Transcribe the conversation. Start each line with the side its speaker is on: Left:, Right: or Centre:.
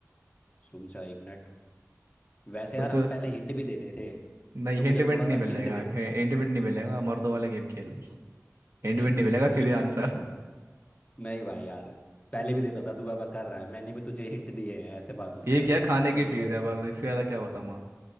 Left: रुक जा एक मिनट वैसे
Right: सोचो
Left: यार हम पहले
Right: स-
Left: हिंट भी देते थे
Right: नहीं
Left: तो
Right: हिंट
Left: मुझे
Right: विंट
Left: थोड़ा
Right: नहीं
Left: सा
Right: मिलेगा
Left: हिंट दे
Right: हिंट विंट नहीं मिलेगा मर्दों वाला गेम खेल हिंट
Left: <laughs>
Right: विंट नहीं मिलेगा
Left: क्यों
Right: सीधे आंसर
Left: नहीं भाई यार पहले भी देता था तू अब कर रहा है मैंने भी तुझे हिंट दिए हैं ऐसे बात मत
Right: ठीक
Left: कर
Right: है खाने की
Left: तो मुझे
Right: चीज़ है बस इससे ज़्यादा क्या बताऊंगा